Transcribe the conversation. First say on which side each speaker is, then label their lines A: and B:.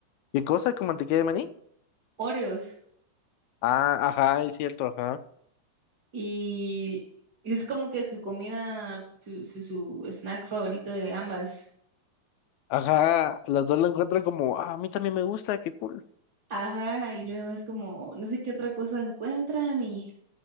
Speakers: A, on the left; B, on the right.
A: ¿Qué cosa? ¿Como mantequilla de maní?
B: Oreos.
A: Ah, ajá, es cierto, ajá.
B: Y es como que su comida, su, su, su snack favorito de ambas.
A: Ajá, las dos lo encuentran como, ah, a mí también me gusta, qué cool.
B: Ajá, y luego es como, no sé qué otra cosa encuentran y